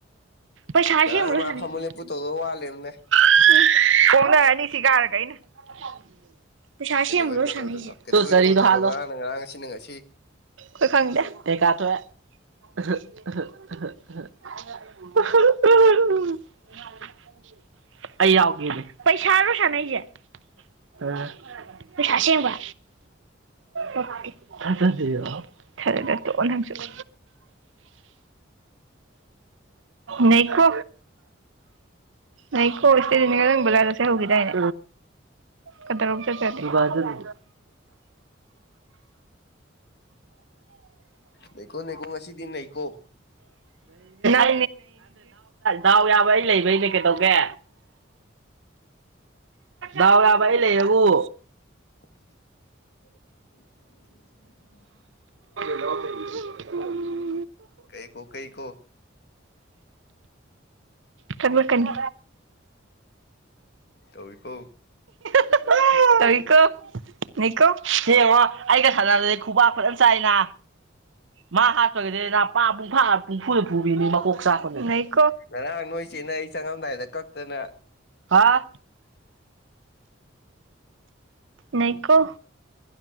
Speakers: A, on the right; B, on the left.
A: ꯄꯩꯁꯥꯁꯤ
B: ꯉꯔꯥꯡ
A: ꯃꯨꯛ ꯂꯣꯏꯁꯟꯅꯩꯖꯦ
B: ꯃꯥ ꯐꯝꯃꯨ ꯂꯦꯞꯄꯨ ꯇꯧꯗꯧ ꯋꯥꯠꯂꯦꯕꯅꯦ
A: <unintelligible> ꯀꯣꯛꯅꯔꯅꯤ ꯁꯤꯒꯔꯒ ꯑꯩꯅ <unintelligible> ꯄꯩꯁꯥ ꯑꯁꯦꯡꯕꯔꯣ
B: ꯀꯩꯗꯧꯕꯩ ꯀꯣꯛꯅꯗꯣꯏꯕ
A: ꯁꯥꯟꯅꯩꯖꯦ
B: ꯀꯩꯗꯧꯕꯩ
A: ꯇꯨ ꯆꯔꯤꯗ
B: ꯀꯣꯛꯅꯗꯣꯏꯕ
A: ꯍꯥꯠꯂꯣ
B: ꯉꯔꯥꯡꯅ ꯉꯔꯥꯡ ꯉꯁꯤꯅ ꯉꯁꯤ
A: ꯈꯣꯏ ꯈꯪꯗꯦ ꯑꯦꯀꯥ ꯊꯣꯛꯑꯦ ꯑꯍꯥ ꯑꯍꯥ ꯑꯍꯥ ꯑꯍꯥ <unintelligible> ꯑꯩ ꯌꯥꯎꯒꯦꯅꯦ ꯄꯩꯁꯥꯔꯣ ꯁꯥꯅꯩꯖꯦ ꯔꯥ ꯄꯩꯁꯥ ꯑꯁꯦꯡꯕ ꯎꯝ ꯊꯥꯖꯗꯔ꯭ꯤꯔꯣ ꯊꯥꯖꯗꯔ꯭ ꯇꯣꯛ ꯑꯣ ꯅꯪꯁꯨ <inaudible> ꯅꯩꯈꯣ ꯉꯥꯏꯈꯣ ꯏꯁꯇꯦꯂꯤꯟꯅ ꯉꯔꯥꯡ ꯕꯖꯥꯔ ꯆꯠꯁꯦ ꯍꯧꯒꯤꯗꯥꯏꯅꯦ ꯀꯗꯧꯔꯕ ꯆꯠꯇꯔ꯭ ꯗꯤ ꯗꯨꯀꯥꯟ ꯆꯠꯂꯤ
B: ꯅꯩꯀꯣ ꯅꯩꯀꯣ ꯉꯁꯤꯗꯤ ꯅꯩꯀꯣ
A: <unintelligible> ꯗꯥꯎ ꯌꯥꯕ ꯑꯩ ꯂꯩꯕꯩꯅꯤ ꯀꯩꯗꯧꯒꯦ ꯗꯥꯎ ꯌꯥꯕ ꯑꯩ ꯂꯩꯔꯎ
B: <inaudible>
A: ꯎ ꯍꯨꯝ
B: ꯀꯩ ꯀꯣ ꯀꯩ ꯀꯣ
A: <inaudible> ꯈꯟꯕ ꯀꯅꯤ
B: ꯇꯧꯋꯤꯀꯣ
A: <unintelligible> ꯇꯧꯏꯀꯣ ꯅꯩꯀꯣ ꯁꯤ ꯌꯦꯡꯉꯣ ꯑꯩꯒ ꯁꯥꯟꯅꯕꯗꯗꯤ ꯈꯨꯕꯥꯛ ꯐꯖꯟ ꯆꯥꯏꯅ ꯃꯥ ꯍꯥꯞꯄꯒꯤꯗꯅ ꯄ ꯄꯨꯡ ꯐ ꯄꯨꯡ ꯐꯨ ꯄꯨꯕꯤꯗꯤ ꯃꯀꯣꯛ ꯆꯥꯛꯄꯅꯤ ꯎꯡꯑꯩ-
B: ꯉꯔꯥꯡ ꯅꯣꯏ ꯆꯦꯅ ꯑꯩ ꯆꯪꯉꯝꯗꯥꯏꯗ ꯀꯛꯇꯅ
A: ꯍꯥꯥ ꯅꯩ ꯀꯣ